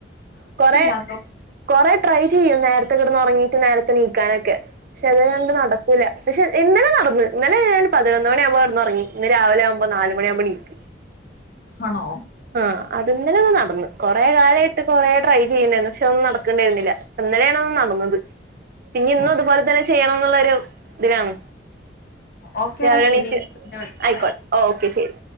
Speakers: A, on the right; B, on the left.
A: കൊറേ
B: ഇല്ലാത്തോ
A: കെറേ ട്രൈ ചെയ്യാ നേ നേരത്തെ കിടന്നുറങ്ങീട്ട് നേരത്തെ എണീക്കാനൊക്കെ പക്ഷെ ത് ണ്ട് നടക്കൂല പക്ഷെ ഇന്നലെ നടന്ന് ഇന്നലെ ഞാനൊരു പതിനൊന്ന് മണിയാമ്പം ടന്ന് ഉറങ്ങി ഇന്ന് രാവിലെയാവുമ്പം നാലു മണിയാമ്പം എണീറ്റ്.
B: ആണോ
A: ആ അത് ഇന്നലെങ്ങ് നടന്നു. കൊറേക്കാലായിട്ട് കൊറേ ട്രൈ ചെയ്യുന്നെന്ന് പക്ഷെ ഒന്നും നടക്കുന്നെരുന്നില്ല ഇന്നലെയാണ് ഒന്ന് നടന്നത്. പിന്നെ ന്നും
B: ഓ
A: അതു പോലെ തന്നെ ചെയ്യാ ണ്ണൊന്നുള്ളൊരു ഇതിലാണ്
B: ഓക്കേടാ
A: രാവിലെ
B: ശരി
A: എണീറ്റ്
B: പിന്നെ വിളിക്കാവേ
A: അയിക്കോട്ടെ ഓക്കെ ശരി